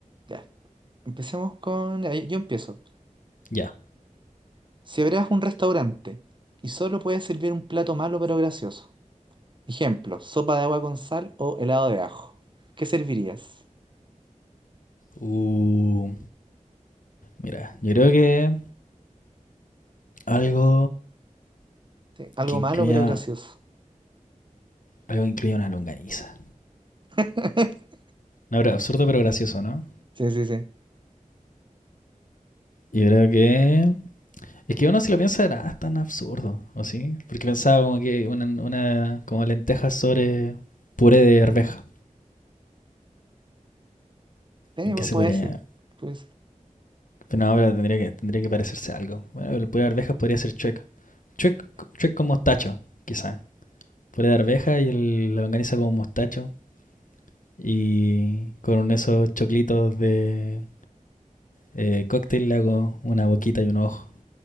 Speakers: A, on the right; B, on the left.
A: Ya, empecemos con... ahí- Yo empiezo.
B: Ya.
A: Si abrieras un restaurante y solo puedes servir un plato malo pero gracioso, ejemplo, sopa de agua con sal o helado de ajo, ¿qué servirías?
B: Uh, mira, yo creo que algo
A: Sí, algo
B: que incluya,
A: malo pero gracioso.
B: algo que incluya una longaniza.
A: <laughs>
B: No, pero absurdo pero gracioso, ¿no?
A: Sí, sí, sí.
B: Yo creo que... Es que uno si lo piensa era ah, tan absurdo, ¿o sí? Porque pensaba como que una, una como lentejas sobre puré de arveja.
A: Eh,
B: ¿En qué se
A: puede
B: podría...?
A: ser, puede
B: Pero no, pero tendría que, tendría que parecerse a algo. Bueno, el puré
A: ser.
B: de arvejas podría ser chueca. Chuec, chuec con mostacho, quizás. Puré de arveja y el, la longaniza con mostacho. Y con esos choclitos de eh, cóctel le hago una boquita y un ojo.